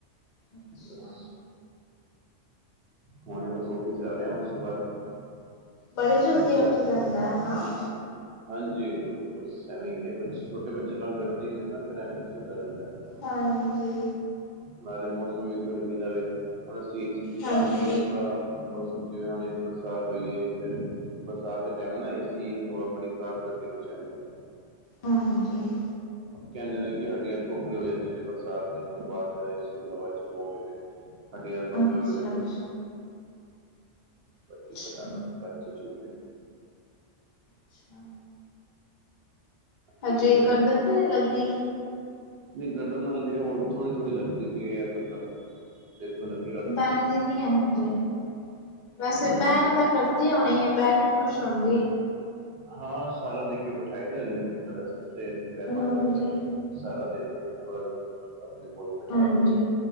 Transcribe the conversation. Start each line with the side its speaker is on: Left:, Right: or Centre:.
Left: ਅੱਛਾ
Right: ਬਸ ਹਣੇ ਬਸ ਔਫਿਸ ਜਾ ਰਹੇ ਹੈ ਉਸ ਤੋਂ ਬਾਅਦ
Left: ਬੜੀ ਜਲਦੀ
Right: ਅੱਛਾ
Left: ਉੱਥੇ
Right: ਅੱਛਾ
Left: ਜਾਂਦਾ, ਹਨਾ।
Right: ਹਾਂਜੀ ਬਸ ਐਵੇਂ ਹੀ ਹੈ ਛੋਟੇ ਬੱਚੇ ਤਾ ਤੰਗ ਕਰਦੇ ਹੀ ਨੇ ਨਾ, ਫਿਰ ਐਵੇਂ ਹੀ ਚੱਲਦਾ ਰਹਿੰਦਾ।
Left: ਹਾਂਜੀ।
Right: ਨਾਲੇ ਮੌਸਮ ਵੀ ਗਰਮੀ ਦਾ ਵੇ, ਹੁਣ ਅਸੀਂ ਏਸੀ ਵਿੱਚ
Left: ਹਾਂਜੀ
Right: ਲਾਉਦੇ ਨੀ ਨਾ ਥੋੜਾ ਮੌਸਮ, ਜਿਵੇਂ ਹੁਣੇ ਬਰਸਾਤ ਹੋਈ ਏ ਫਿਰ ਬਰਸਾਤ ਦੇ ਟਾਈਮ ਨਾ ਏਸੀ ਦੀ ਹਵਾ ਬੜੀ ਖ਼ਰਾਬ ਕਰਦੀ ਬੱਚਿਆਂ ਨੂੰ,
Left: ਹਾਂਜੀ।
Right: ਕਹਿੰਦੇ ਨੇ ਕਿ ਹੱਡੀਆਂ ਖੋਖਲੇੀਆਂ ਹੋ ਜਾਂਦੀਆਂ ਨੇ, ਬਰਸਾਤ ਦੇ ਇਸ ਤੋਂ ਬਾਅਦ ਏ ਸੀ ਦੀ ਹਵਾ 'ਚ ਬਹੋ ਗੇ ਤੇ ਹੱਡੀਆਂ ਕਮਜ਼ੋਰ
Left: ਅੱਛਾ
Right: ਹੋ ਜਾਂਦੀਆਂ।
Left: ਅੱਛਾ ਅੱਛਾ
Right: ਕੀ ਪਤਾ, ਨੀ ਸੱਚ ਹੈ ਝੂਠ ਹੈ।
Left: ਅੱਛਾ।
Right: ਤੁਸੀਂ
Left: ਹਜੇ
Right: ਦੱਸੋ
Left: ਗਰਦਨ ਤੇ ਨੀ ਲੱਗਦੀ।
Right: ਨਹੀਂ ਗਰਦਨ ਹਲੇ ਹੋਰ ਥੋੜ੍ਹੀ ਥੋੜ੍ਹੀ ਲੱਗਦੀ ਪਈ ਹੈ ਮਤਲਬ, ਦੇਖੋ ਲੱ
Left: ਬਹਿੰਦੀ ਨੀ ਹੈ ਹਜੇ, ਵੈਸੇ
Right: ਹੂੰ
Left: ਬਹਿਣ ਦਾ ਕਰਦੀ ਹੋਣੀ ਹੈ ਬਹਿ ਕੇ ਖੁਸ਼ ਹੋਂਦੀ।
Right: ਹਾਂ ਸਾਰਾ ਦੇਖ ਕੇ ਬਿਠਾਾਈ ਦਾ ਹਲੇ ਮਤਲਬ, ਇਸ ਤਰਾਂ ਨਹੀ ਬੈ ਪਾ
Left: ਹਾਂਜੀ
Right: ਰਿਹਾ ਬੱਚਾ ਸਾਰਾ ਦੇਖਨੇ ਥੋੜਾ ਦਿਨ, ਆਪਣੇ ਕੋਲ ਬਿਠਾ
Left: ਹਾਂਜੀ
Right: ਕੇ